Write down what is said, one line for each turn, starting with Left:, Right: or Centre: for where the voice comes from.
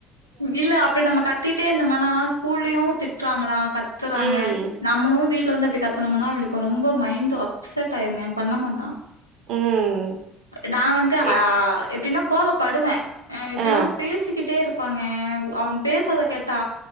Left: ம் இல்ல அப்ப நம்ம கத்திட்டே இருந்தோமனாஸ் கூல்லயு திட்றாங்களா கத்துறாங்க
Right: ம்
Left: நம்மளு வீட் ல வந்து அப்டி கத்தனும்னா அவளுக்கு ரொம்ப மைண்டு அப்செட் ஆயிருங்க பண்ண மாட்டா
Right: ம்
Left: நா வந்து
Right: எ
Left: அ எப்டின்னா கோவ படுவே அ எப்டின்னா
Right: ஆ
Left: பேசிக்கிட்டே இருப்பாங்க அவ பேசுறத கேட்டா